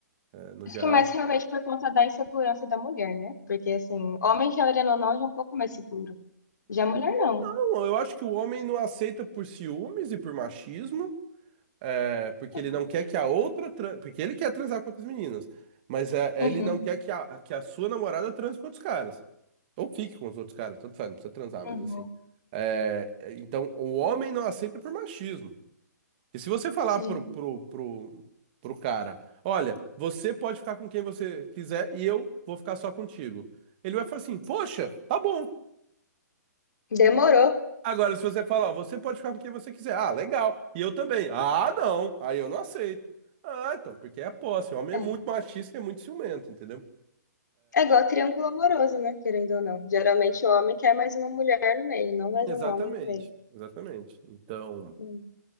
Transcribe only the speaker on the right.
É, no
geral.
Não, eu acho que o homem não aceita por ciúmes e por machismo, é, porque
ele não quer que a outra, tran- porque ele quer transar com outras meninas, mas é, é,
ele não quer que a, que a sua namorada transe com outros caras. Ou fique com os outros caras, tanto faz, não precisa transar,
mas assim. É, é, então, o homem não aceita por machismo. E se você falar
pro, pro, pro, pro cara, olha, você pode ficar com quem você quiser e eu vou ficar só contigo. Ele vai falar assim, poxa, tá bom.
Agora, se você falar, ó, você pode ficar com quem você quiser. Ah, legal. E eu também. Ah, não. Aí eu não aceito. Ah, então, porque é a posse. O homem
é muito machista e é muito ciumento, entendeu?
Exatamente.
Exatamente. Então.